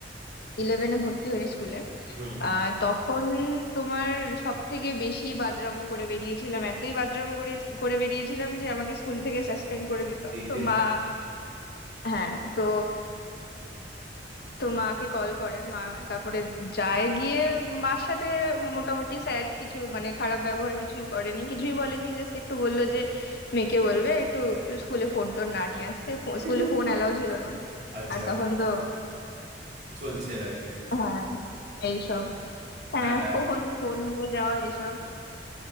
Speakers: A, on the left (about 60°); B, on the right (about 65°).
A: ইলেভেনে ভর্তি হই স্কুলে
B: হুম
A: আহ, তখন তোমার সব থেকে বেশি বাদরামো করে বেরিয়েছিলাম এতই বাদরামো করে করে বেরিয়েছিলাম যে আমাকে স্কুল থেকে সাসপেন্ড করে দিত
B: এই
A: তো
B: রে
A: মা হ্যাঁ তো তো মাকে কল করে মা তারপরে যায় গিয়ে মার সাথে মোটামুটি স্যার কিছু মানে খারাপ ব্যবহার কিছুই করেনি কিছুই বলেনি জাস্ট একটু বললো যে মেয়েকে বলবে একটু স্কুলে ফোন টোন না নিয়ে আসতে
B: <laughs>
A: স্কুলে ফোন অ্যালাউ ছিল না
B: আচ্ছা
A: আর তখন তো
B: চলছে আর কি
A: হ্যাঁ এইসব হ্যাঁ
B: হ্যাঁ
A: ফোন ফোন নিয়ে যাওয়া এসব